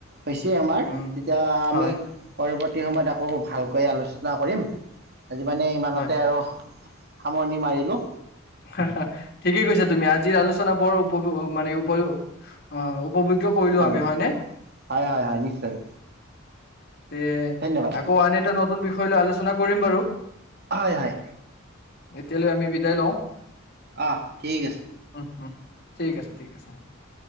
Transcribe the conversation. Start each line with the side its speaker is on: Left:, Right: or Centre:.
Right: হৈছে আমাৰ।
Left: উম,
Right: তেতিয়া আমি-
Left: হয়,
Right: পৰৱৰ্তী সময়ত আকৌ ভালকৈ আলোচনা কৰিম। আজি মানে ইমানতে
Left: হয়।
Right: আৰু- সামৰণি মাৰিলো।
Left: সাহা, ঠিকেই কৈছা তুমি, আলোচনা উপ মানে উপ অ উপভোগ্য কৰিলো
Right: ভাল
Left: আমি
Right: লাগে।
Left: হয়নে?
Right: হয়, হয়, হয়, নিশ্চয়।
Left: তে
Right: ধন্যবাদ
Left: আকৌ আন এটা নতুন বিষয় লৈ আলোচনা কৰিম বাৰু
Right: হয় হয়
Left: এতিয়ালৈ আমি বিদায় লওঁ।
Right: অ ঠিক আছে
Left: উম উম, ঠিক আছে, ঠিক আছে।